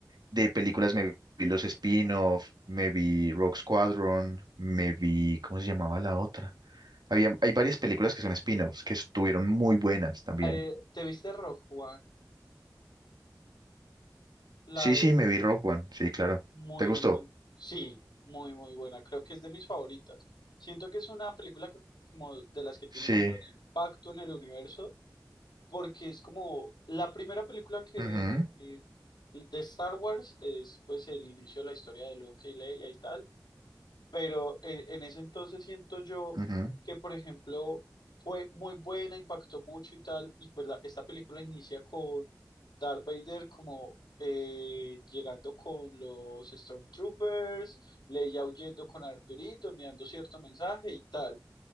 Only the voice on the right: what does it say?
De películas me vi los spin-off, me vi Rogue Squadron, me vi... ¿Cómo se llamaba la otra? Había, hay varias películas que son spin-offs que estuvieron muy buenas también.
Sí,
sí, me vi Rogue One. Sí, claro.
¿Te gustó?
Sí.
Ujú,
ujú,